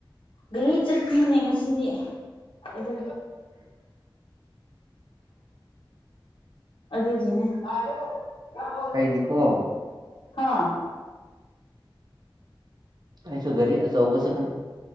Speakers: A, on the left; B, on the right.
A: ꯒꯥꯔꯤ ꯆꯠꯈꯤꯅꯤꯅꯦ ꯉꯁꯤꯗꯤ ꯑꯗꯨ ꯑꯗꯨꯒꯤꯅꯦ <inaudible>
B: ꯑꯩꯗꯤꯀꯣ
A: ꯍꯥꯥ
B: ꯑꯩꯁꯨ ꯒꯔꯤ ꯑꯆꯧꯕ ꯆꯠꯀꯅꯤ